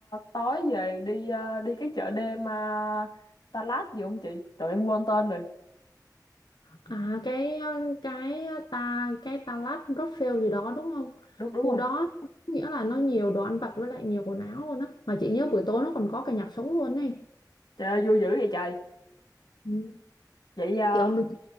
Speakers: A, on the left; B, on the left.
A: tối về đi ờ, đi cái chợ đêm uh, Đà Lạt gì không chị tụi em quên tên rồi
B: À cái ờ, cái ờ, ta cái ta lát Rothschild gì đó đúng không?
A: đúng đúng
B: Khu
A: rồi
B: đó nghĩa là nó nhiều đồ ăn vặt với lại nhiều quần áo luôn á. Mà chị nhớ buổi tối nó còn có cả nhạc sống luôn ấy.
A: trời ơi, vui dữ vậy trời
B: Ừ.
A: vậy ờ,
B: Kiểu mình